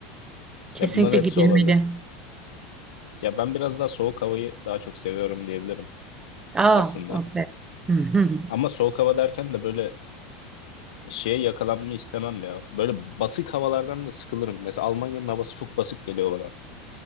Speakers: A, on the right; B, on the left.
A: kesinlikle
B: Ya bunların hepsi
A: gidilmeli.
B: olabilir. Ya ben biraz daha soğuk havayı daha çok seviyorum diyebilirim
A: Aa,
B: aslında.
A: okay. <laughs>
B: Ama soğuk hava derken de böyle şeye yakalanmayı istemem ya. Böyle basık havalardan da sıkılırım. Mesela Almanya'nın havası çok basık geliyor bana.